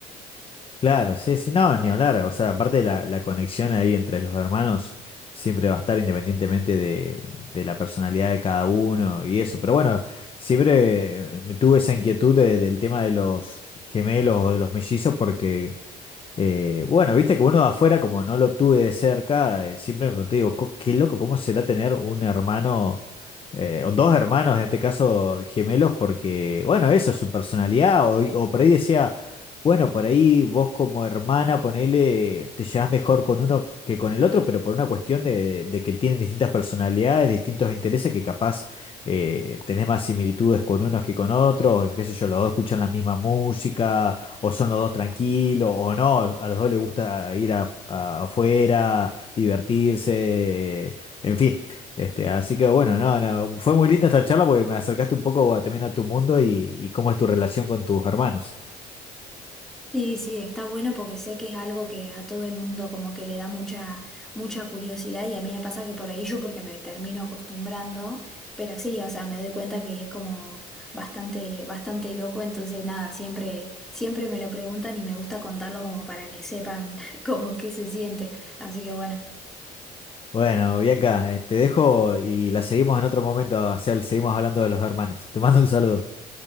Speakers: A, on the left; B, in the centre.
A: Claro, sí, sí, no, ni hablar. O sea, aparte la, la conexión ahí entre los hermanos siempre va a estar independientemente de, de la personalidad de cada uno y eso. Pero bueno, siempre eh, me tuve esa inquietud de- del tema de los gemelos o de los mellizos porque Eh, bueno, viste que uno de afuera, como no lo tuve de cerca, eh, siempre me pregunté, digo, co- qué loco, ¿cómo será tener un hermano, eh, o dos hermanos, en este caso gemelos? Porque, bueno, eso, su personalidad, o, o por ahí decía, bueno, por ahí vos como hermana, ponele, te llevas mejor con uno que con el otro, pero por una cuestión de, de- de que tienen distintas personalidades, distintos intereses, que capaz eh, tenés más similitudes con unos que con otros, qué sé yo, los dos escuchan la misma música o son los dos tranquilos, o no, a los dos les gusta ir a- a- afuera, divertirse, en fin. Este, así que bueno, no, no, fue muy linda esta charla porque me acercaste un poco a- también a tu mundo y, y cómo es tu relación con tus hermanos.
B: Sí, sí, está bueno porque sé que es algo que a todo el mundo como que le da mucha, mucha curiosidad y a mí me pasa que por ahí yo porque me termino acostumbrando, pero sí, o sea, me doy cuenta que es como bastante, bastante loco, entonces nada, siempre, siempre me lo preguntan y me gusta contarlo como para que sepan <laughs> como qué se siente. Así que bueno,
A: Bueno, Bianca, eh, te dejo y la seguimos en otro momento, o sea, seguimos hablando de los hermanos. Te mando un saludo.